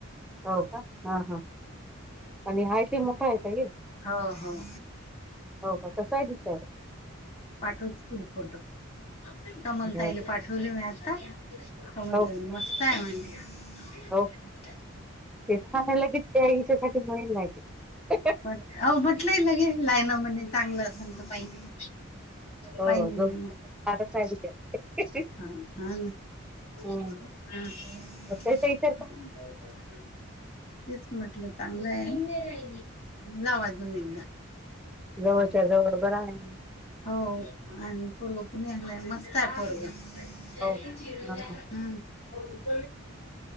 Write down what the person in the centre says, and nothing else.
हो का हा हा. आणि हायती मोठा आहे काय हे?
हो का, कसं आहे <unintelligible>
बरं
हो का काय
नाही
हो का <unintelligible>
हो
गौरीच पटणारच आहे विचार
हम्म मग त्याचा विचार काय
जवळच्या जवळ बर आहे.
हो का? हा हा